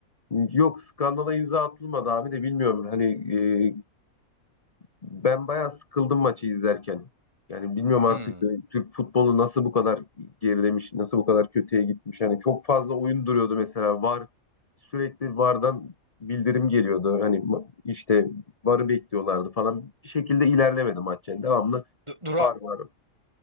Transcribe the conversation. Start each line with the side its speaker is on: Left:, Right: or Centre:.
Left: Yok skandala imza atılmadı abi de bilmiyorum. Hani e, ben bayağı sıkıldım maçı izlerken. Yani bilmiyorum artık
Right: Hmm.
Left: e, Türk futbolu nasıl bu kadar gerilemiş, nasıl bu kadar kötüye gitmiş. Yani çok fazla oyun duruyordu mesela. VAR sürekli VAR'dan bildirim geliyordu. Hani ma- işte VAR'ı bekliyorlardı falan. Bir şekilde ilerlemedi maç yani. Devamlı
Right: Du- Dura
Left: VAR var.